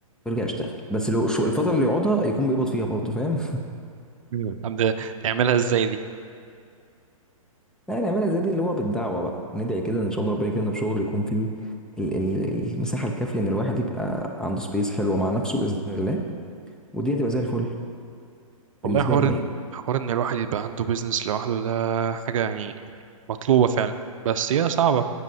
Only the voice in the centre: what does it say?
ويرجع يشتغل بس لو شو- الفتره اللي يقعدها يكون بيقبض فيها برضه فاهم
<laughs> يعني نعملها زي دي اللي هو بالدعوه بقى ندعي كده ان شاء الله ربنا يكرمنا بشغل يكون فيه ال- ال- المساحه الكافيه ان الواحد يبقى عنده سبيس حلوه مع نفسه باذن الله والدنيا تبقى زي الفل
بالنسبه
لي يعني